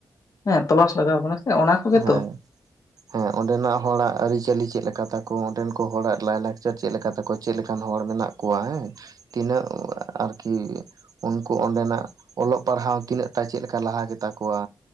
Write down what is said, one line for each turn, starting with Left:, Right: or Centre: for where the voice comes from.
Left: ᱦᱮᱸ ᱛᱚᱞᱟᱥ ᱞᱟᱜᱟᱣ ᱵᱚᱱᱟ ᱥᱮ ᱚᱱᱟ ᱠᱚᱜᱮ
Right: ᱦᱮᱸ
Left: ᱛᱚ?
Right: ᱦᱮᱸ ᱚᱸᱰᱮᱱᱟᱜ ᱦᱚᱲᱟᱜ ᱟᱹᱨᱤᱪᱟᱹᱞᱤ ᱪᱮᱫ ᱞᱮᱠᱟ ᱛᱠᱚᱣᱟ ᱚᱸᱰᱮᱱ ᱠᱚ ᱦᱚᱲᱟᱜ ᱞᱟᱭ-ᱞᱟᱠᱪᱟᱨ ᱪᱮᱫ ᱞᱮᱠᱟ ᱛᱟᱠᱚᱣᱟ ᱪᱮᱫ ᱞᱮᱠᱟᱱ ᱦᱚᱲ ᱢᱮᱱᱟᱜ ᱠᱚᱣᱟ ᱦᱮᱸ ᱛᱤᱱᱟᱹᱜ ᱟᱨ ᱠᱤ ᱩᱱᱠᱩ ᱚᱱᱰᱮᱱᱟᱜ ᱚᱞᱚᱜ ᱯᱟᱲᱦᱟᱣ ᱛᱤᱱᱟᱹᱜ ᱴᱟ ᱪᱮᱫ ᱞᱮᱠᱟ ᱞᱟᱦᱟ ᱜᱮ ᱛᱟᱠᱚᱣᱟ